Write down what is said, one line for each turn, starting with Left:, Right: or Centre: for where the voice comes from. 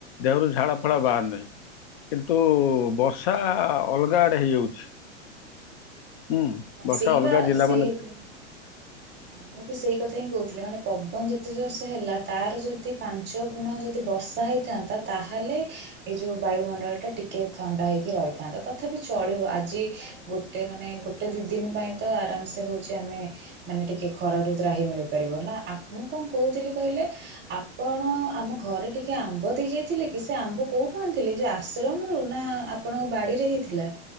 Left: ଦେହରୁ ଝାଳ ଫାଳ ବାହାରୁ ନାହିଁ। କିନ୍ତୁ ବର୍ଷା ଅଲଗା ଆଡ଼େ ହେଇଯାଉଛି। ହୁଁ ବର୍ଷା
Right: ସେଇ
Left: ଅଲଗା
Right: ବା
Left: ଜିଲ୍ଲା
Right: ସେଇ
Left: ମାନେ
Right: ହଁ ମୁଁ ବି ସେଇ କଥା ହିଁ କହୁଥିଲି ମାନେ ପବନ ଯେତେ ଜୋର୍ଷ ହେଲା ତାର ଯଦି ପାଞ୍ଚ ଗୁଣା ଯଦି ବର୍ଷା ହେଇଥା ତ ତାହେଲେ ଏ ଯୋଉ ବାୟୁମଣ୍ଡଳ ଟା ଟିକେ ଥଣ୍ଡା ହେଇକି ରହିଥାନ୍ତା ତଥାପି ଚଳିବ ଆଜି ଗୋଟେ ମାନେ ଗୋଟେ ଦି ଦିନ ପାଇଁ ତ ଆରାମ ସେ ହେଉଚି ଆମେ ମାନେ ଟିକେ ଖରା ରୁ ତ୍ରାହି ମିଳିପାରିବ ନା ଆ ମୁଁ କଣ କହୁଥିଲି କହିଲେ ଆପଣ ଆମ ଘରେ ଟିକେ ଆମ୍ବ ଦେଇ ଯାଇଥିଲେ କି ସେ ଆମ୍ବ କୋଉଠୁ ଆଣିଥିଲେ ଯୋଉ ଆ ଆଶ୍ରମରୁ ନା ଆପଣଙ୍କ ବାଡ଼ିରେ ହିଁ ହେଇଥିଲା?